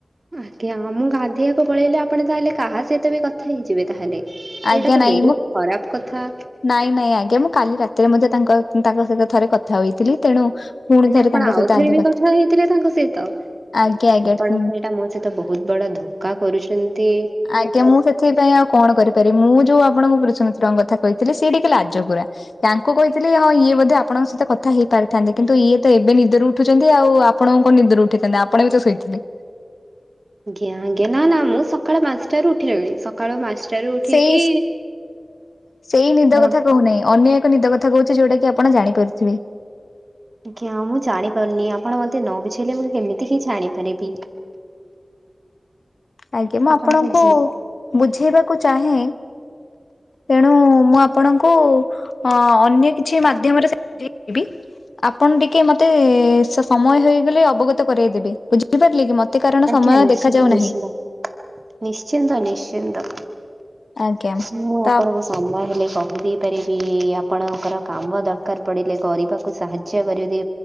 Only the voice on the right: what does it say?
ଆଜ୍ଞା ଉ ମୁଁ ଗାଧୋଇବାକୁ ପଳେଇଲେ ଆପଣ ତାହେଲେ କାହା ସହିତ ବି କଥା ହେଇଯିବେ ତାହେଲେ। ଏଇଟା
ତ
ବହୁତ
ଖରାପ କଥା।
ମାନେ
ଆପଣ
ଆଉଥରେ
ବି କଥା ହେଇଥିଲେ ତାଙ୍କ ସହିତ
ଆପଣ ପାଇଁ ଏଇଟା ମୋ ସହିତ ତ ବହୁତ ବଡ ଧୋକା କରୁଛନ୍ତି।
ଆଜ୍ଞା ଆଜ୍ଞା ନା ମୁଁ ସକାଳ ପାଞ୍ଚଟାରୁ ଉଠିଲିଣି ସ କାଳୁ ପାଞ୍ଚଟାରୁ ଉଠିକି
ହଁ।
ଆଜ୍ଞା ମୁଁ ଜାଣିପାରୁନି ଆପଣ ମତେ ନ ବୁଝେଇଲେ ମୁଁ କେମିତି କିଛି ଜାଣିପାରିବି?
ଆପଣ
ତ ଯା
ଆଜ୍ଞା
ନିଶ୍ଚିନ୍ତ
ନିଶ୍ଚିନ୍ତ
ନିଶ୍ଚିନ୍ତ ନିଶ୍ଚିନ୍ତ
ମୁଁ
ଆପଣଙ୍କ ସମୟ ହେଲେ କହିଦେଇ ପାରିବି ଆପଣଙ୍କର କାମ ଦରକାର ପଡ଼ିଲେ କରିବାକୁ ସାହାଯ୍ୟ କରିବି।